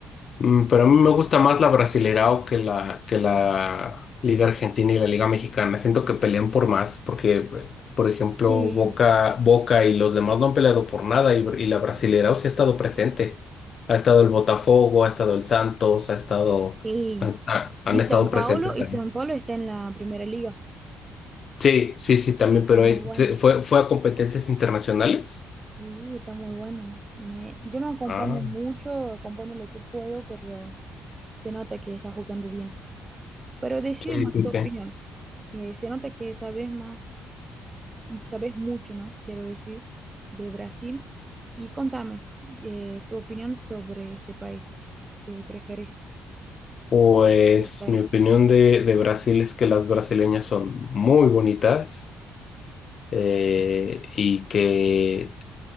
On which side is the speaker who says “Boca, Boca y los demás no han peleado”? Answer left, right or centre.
Left